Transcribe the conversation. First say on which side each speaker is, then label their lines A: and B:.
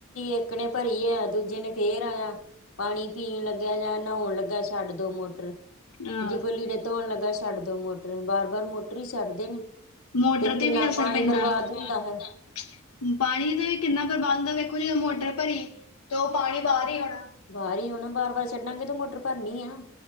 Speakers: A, on the left; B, on the left.
A: ਇੱਕ ਨੇ ਭਰੀ ਆ ਦੂਜੇ ਨੇ ਫੇਰ ਆਇਆ। ਪਾਣੀ ਪੀਣ ਲੱਗਿਆ ਜਾਂ ਨਹਾਉਣ ਲੱਗਾ ਛੱਡ ਦੋ ਮੋਟਰ।
B: ਹਾਂ
A: ਜੇ ਕੋਈ ਲੀੜੇ ਧੋਣ ਲੱਗਾ ਛੱਡ ਦੋ ਮੋਟਰ ਬਾਰ - ਬਾਰ ਮੋਟਰ ਹੀ ਛੱਡਦੇ ਨੇ।
B: ਮੋਟਰ
A: ਤੇ ਕਿੰਨਾ
B: ਵੀ ਅਸਰ
A: ਪਾਣੀ
B: ਪੈਂਦਾ
A: ਬਰਬਾਦ ਹੁੰਦਾ
B: ਹੁੰਦਾ
A: ਫਿਰ।
B: ਪਾਣੀ ਦਾ ਵੀ ਕਿੰਨਾ ਪ੍ਰਬੰਧ ਆ ਵੇਖੋ ਜੀ ਮੈਂ ਮੋਟਰ ਭਰੀ। ਤੇ ਉਹ ਪਾਣੀ ਬਾਹਰ ਹੀ ਆਉਣਾ
A: ਬਾਹਰ ਹੀ ਆਉਣਾ ਬਾਰ - ਬਾਰ ਛੱਡਾਂਗੇ ਤੇ ਮੋਟਰ ਭਰਨੀ ਆ।